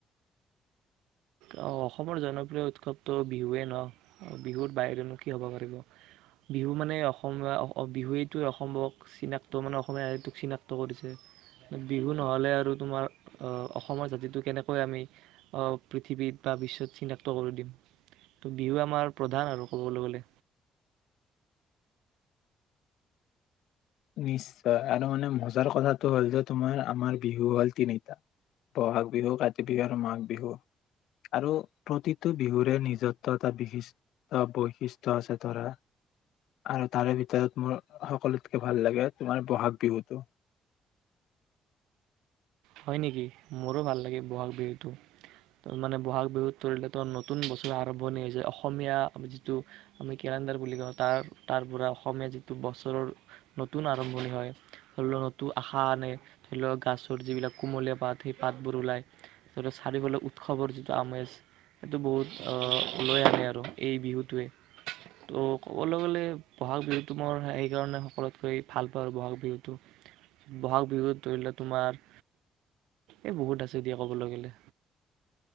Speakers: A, on the right (about 85°); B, on the left (about 80°).
A: অ অসমৰ জনপ্ৰিয় উৎসৱটো বিহুৱেই নহ। বিহুৰ বাহিৰেনো কি হ'ব পাৰিব? বিহু মানে অসমীয়া বিহুৱেইটোৱে অসমক চিনাক্ত মানে অসমীয়া জাতিটোক চিনাক্ত কৰিছে। বিহু নহ'লে আৰু তোমাৰ অসমৰ জাতিটো কেনেকৈ আমি পৃথিৱীত তা পিছত চিনাক্ত কৰি দিম। ত' বিহু আমাৰ প্ৰধান আৰু ক'বলৈ গ'লে,
B: নিশ্চয় আৰু মানে মজাৰ কথাটো হ'ল যে তোমাৰ আমাৰ বিহু হ'ল তিনিটা। বহাগ বিহু, কাতি বিহু আৰু মাঘ বিহু আৰু প্ৰতিটো বিহুৰে নিজত্ব এটা বিশিষ্ট বৈশিষ্ট্য আছে ধৰা আৰু তাৰে ভিতৰত মোৰ সকলো- ভাল লাগে তোমাৰ বহাগ বিহুতটো।
A: হয় নেকি, মোৰো ভাল লাগে বহাগ বিহুটো মানে বহাগ বিহুত ধৰিলেতো নতুন বছৰ আৰম্ভণি হৈছে অসমীয়া যিটো আমি কেলেণ্ডাৰ বুলি কওঁ, তাৰ তাৰ পৰা অসমীয়া যিটো বছৰৰ নতুন আৰম্ভণি হয়। ধৰি লওক নতুন আশা আনে ধৰি লওক গাছৰ যিবিলাক কুমলীয়া পাত সেই পাতবোৰ ওলাই চাৰিওফালে উৎসৱৰ যিটো আমেজ সেইটো বহুত লৈ আনে আৰু এই বিহুটোৱে তো ক'বলৈ গ'লে ব'হাগ বিহুটো মই সেইকাৰণে সকলোতকৈ ভাল পাওঁ আৰু বহাগ বিহুটো বহাগ বিহুত ধৰি লওক তোমাৰ- এই বহুত আছে দিয়া ক'বলৈ গ'লে।